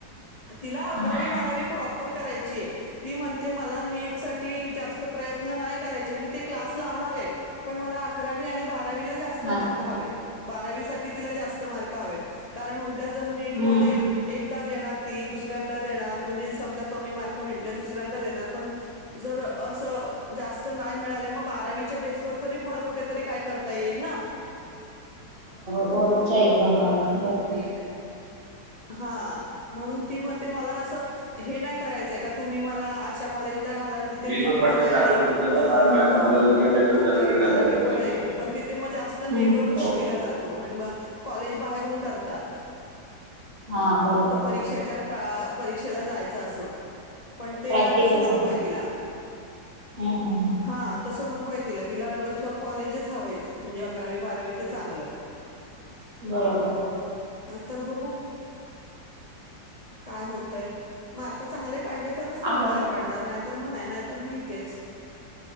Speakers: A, on the left (about 75°); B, on the right (about 35°).
A: तिला अकरावी
B: हा
A: बारावी प्रॉपर करायची आहे. ती म्हणते मला नीट साठी जास्त प्रयत्न नाही करायचे, मी ते क्लास लावणार आहे, पण मला अकरावी आणि बारावी बारावीला जास्त
B: हा
A: मार्क हवे, बारावीसाठी बारावीला जास्त मार्क हवे, कारण जर नीट
B: हम्म
A: मध्ये एक देणार ती, दुसऱ्यांदा देणार, म्हणजे समजा कमी मार्क भेटले, दुसरं रहता दे नाना जर अस जास्त नाही मिळाले, मग बारावीच्या बेसवर तरी पुढ कुठेतरी काय करता येईल ना.
B: बोर्ड च्या एक्झामला बर.
A: <inaudible> हा म्हणून ती म्हण मला अस हे नाही, करायचंय का तुम्ही मला अश कॉलेजला घालाल जिथे
B: मेल
A: नीट
B: वर पटकन
A: पण आहे
B: टाकून
A: आणि
B: दिलं
A: अ...
B: तर मला रिप्लाय द्यायला
A: अकरावी
B: जास्त वेळ
A: बारावी
B: नाही लागला
A: पण
B: चेक
A: आहे.
B: करून
A: पण तिथे मग जास्त
B: हम्म
A: नीट व भर दिला जात. आणि म कॉलेज बाहेरून कर तात
B: हा बरोबर
A: फक्त पे परीक्षेच्या टा परीक्षेला जायच अस पण ते
B: प्रॅक्टिकल
A: तस नकोय
B: साठी
A: तिला
B: हम्म हम्म
A: हा तस नको होय तिला तिलासं कॉलेजच हवंयच म्हणजे, अकरावी बारावीचं चांगलं.
B: बरोबर!
A: नायतर बघू काय होतय. मार्क चांगले काढले तरच तिला
B: आहे
A: बाहेर काढणार नाही तर मणाय नाही तर माहितेच.